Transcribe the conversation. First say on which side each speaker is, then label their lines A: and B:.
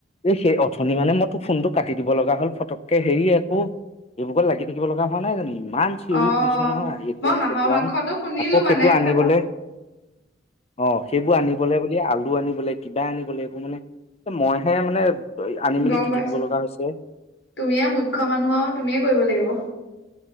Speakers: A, on the left; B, on the left.
A: এ, সেই অথনি মানে মই তোৰ ফোনটো কাটি দিব লগা হ'ল ফটককে। হেৰি আকৌ এইবুকত লাগি থাকিব লগা হোৱা নাই জানো তুমি। ইমান চিঞৰি
B: অ
A: ফুৰিছ তে নহয় এইটো
B: মই
A: আন
B: হাঁহৰ
A: সেইটো
B: মাংসটো
A: আন
B: শুনিলো
A: আকৌ
B: মানে
A: সেইটো আনিবলেহ
B: তাৰপা
A: অ', সেইবোৰ আনিবলে ব দিয়ে আলু আনিবলে কিবা আনিবলে এইবোৰ মানে এ, মইহে মানে আনি মেলি
B: গম
A: দি
B: পাইছ,
A: থাকিব লগা হৈছে
B: তুমিয়ে মুখ্য মানুহ আৰু তুমিয়ে কৰিব লাগিব।